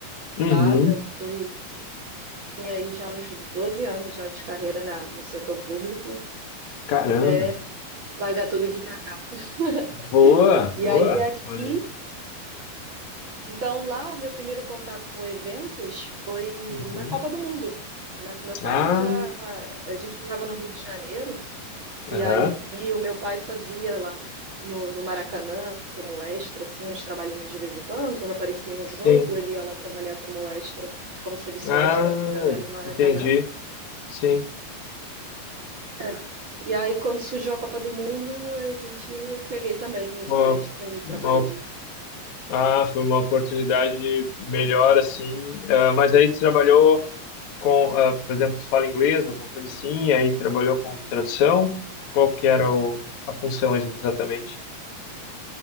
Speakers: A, on the left (about 60°); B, on the right (about 70°).
A: Uhum.
B: passada, fui, tinha aí já uns 12 anos já de carreira na, no setor público,
A: Caramba.
B: até largar tudo e vir para cá. <laughs>
A: Boa, boa.
B: E aí aqui,
A: Olha aí.
B: então lá o meu primeiro contato com eventos foi
A: Uhum.
B: na Copa do Mundo. Na- meu pai
A: Ah,
B: já, a gente morava no Rio de Janeiro, e
A: aham.
B: aí o meu pai fazia lá no, no Maracanã como extra, assim, uns trabalhinhos de vez em quando, quando aparecia um
A: Sim.
B: jogo, ele ia lá trabalhar como extra, como serviço
A: Ah,
B: extra, né, no Maracanã.
A: entendi. Sim.
B: É. E aí, quando surgiu a Copa do Mundo, a gente, eu peguei também esse
A: Uma,
B: extra e trabalhei.
A: uma- ah, foi uma oportunidade melhor, assim. Ah, mas aí tu trabalhou com, ah, por exemplo, tu fala inglês, alguma coisa assim, e aí trabalhou com tradução. Qual que era o, a função ex- exatamente?